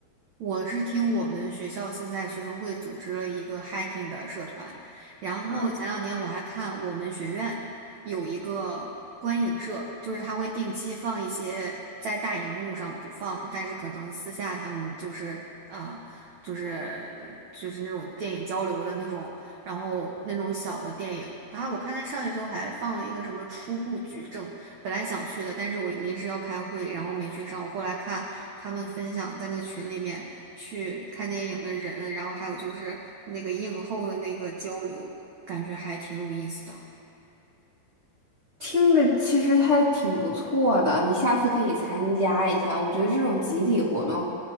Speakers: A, on the right; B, on the right.
A: 我是听我们学校现在学生会组织了一个 hiking 的社团，然后前两年我还看我们学院有一个观影社，
B: <laughs>
A: 就是他会定期放一些在大荧幕上不放，但是可能私下他们就是啊、就是就是那种电影交流的那种，然后那种小的电影，然后我看他上一周还放了一个什么初步举证。本来想去的，但是我临时要开会，然后没去上。我后来看他们分享在那群里面去看电影的人，然后还有就是那个映后的那个交流，感觉还挺有意思的。
B: 听着其实还挺不错的，你下次可以参加一下。我觉得这种集体活动